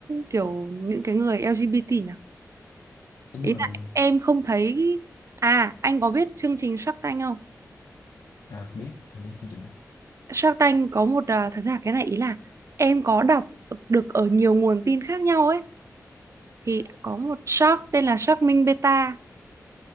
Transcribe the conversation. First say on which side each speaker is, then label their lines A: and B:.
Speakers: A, on the right; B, on the left.
A: kiểu những cái người LGBT nhỉ
B: đúng
A: ý
B: rồi.
A: là em không thấy à anh có biết chương trình Shark Tank không
B: À, biết, à, biết chương trình đó
A: Shark Tank có một à, thật ra cái này ý là em có đọc được ở nhiều nguồn tin khác nhau ấy thì có một shark tên là Shark Minh Beta